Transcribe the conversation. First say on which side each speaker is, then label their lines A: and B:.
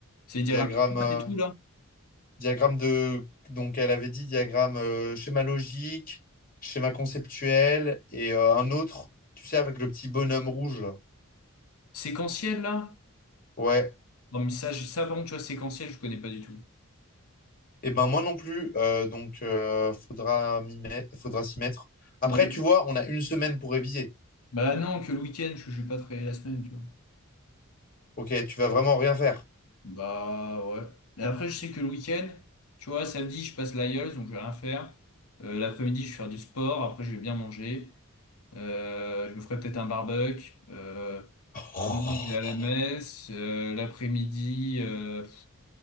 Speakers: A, on the left; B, on the left.
A: C'est les
B: Diagramme,
A: diagrammes de classe
B: euh,
A: et tout, là.
B: diagramme de, donc elle avait dit diagramme euh, schéma logique, schéma conceptuel et euh, un autre, tu sais, avec le petit bonhomme rouge là.
A: Séquentiel, là.
B: Ouais.
A: Non, mais ça, je- ça, par contre, tu vois, séquentiel, je connais pas du tout.
B: Et ben moi non plus, euh, donc euh, faudra m'y mettre, faudra s'y mettre. Après,
A: Ouais.
B: tu vois, on a une semaine pour réviser.
A: Bah non, que le week-end, je je vais pas travailler la semaine, tu vois.
B: Ok, tu vas vraiment rien faire.
A: Bah ouais. Mais après, je sais que le week-end, tu vois, samedi, je passe l'IELTS, donc je vais rien faire. Euh, l'après-midi, je vais faire du sport. Après, je vais bien manger. Euh, je me ferai peut-être un barbecue. Euh,
B: <laughs>
A: Dimanche, je vais à la messe. euh, l'après-midi, euh,